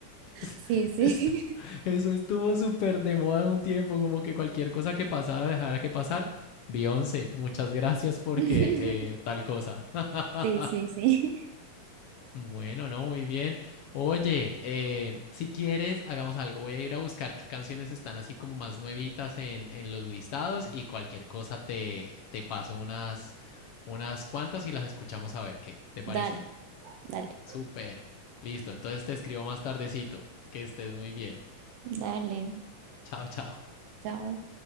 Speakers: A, on the left; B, on the right.
A: Es-
B: Sí, sí.
A: Esto, eso estuvo súper de moda un tiempo, como que cualquier cosa que pasara, dejara que pasar. Beyoncé, muchas gracias porque
B: <laughs>
A: eh, tal cosa. <laughs>
B: Sí, sí, sí.
A: Bueno, no, muy bien. Oye, eh, si quieres, hagamos algo. Voy a ir a buscar qué canciones están así como más nuevitas en, en los listados y cualquier cosa te, te paso unas, unas cuantas y las escuchamos a ver qué. ¿Te parece?
B: Dale, dale,
A: Súper. Listo. Entonces te escribo más tardecito. Que estés muy bien.
B: dale.
A: Chao, chao.
B: Chao.